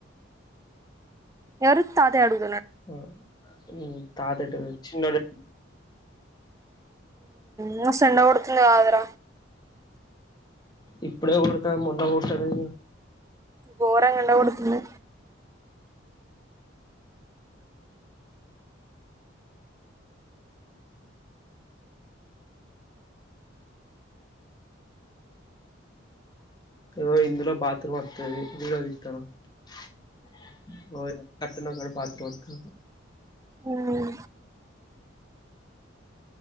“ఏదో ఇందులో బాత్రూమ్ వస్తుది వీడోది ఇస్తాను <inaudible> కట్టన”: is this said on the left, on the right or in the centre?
Left